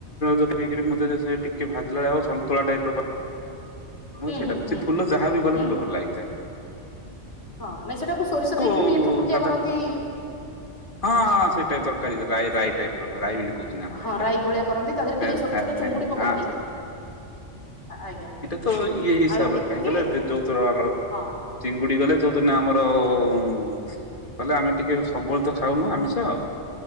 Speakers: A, on the left (about 45°); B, on the left (about 75°).
A: ପକେଇକରି ମ ସେ ଟିକେ ଭାଜିଲା ଭଳି ଆଉ ଟିକେ ସନ୍ତୁଳା ଟାଇପ
B: ହୁଁ
A: ସେଇଟା
B: ହୁଁ
A: <unintelligible>
B: ହୁଁ
A: ସେ ଫୁଲ ଯାହା ବି ଗଲେ
B: ହୁଁ।
A: ମୋତେ ଭଲ ଲାଗିଥାଏ।
B: ହଁ ନାଇଁ ସେଟାକୁ ସୋରିଷ
A: ଆଉ
B: ଦେଇକି ବି ଟିକେ ଠୁଠୁକିଆ
A: ସାଧା
B: କରନ୍ତି।
A: ହଁ ହଁ ସେ ଟାଇପ୍ ତରକାରୀ ରାଇ
B: ସେ
A: ରାଇ ଟାଇପ୍ ର ରାଇ ବୋଲି କହୁଛନ୍ତି ଆମର
B: ହଁ
A: ଏପଟେ।
B: ରାଇ ଭଳିଆ କରନ୍ତି ତା ଦେହରେ ଟିକେ
A: ଏ
B: ଛୋଟ
A: ହେ
B: ଛୋଟ
A: ହେ
B: ଚୁଙ୍ଗୁଡି ପକାନ୍ତି
A: ହଁ ସେ
B: ହଁ ଆଜ୍ଞା।
A: ତ ଇଏ ହିସାବରେ
B: ଆଳୁ ଟିକେ
A: କାହିଁ ଗଲେ ଯୋଉଥର ଆମର
B: ହଁ
A: ଚିଙ୍ଗୁଡି ଗଲେ ଯୋଉ ଦିନ ଆମର ହୁଁ। କହଲେ ଆମେ ଟିକେ ସବୁବେଳେ ତ ଖାଉନୁ ଆମିଷ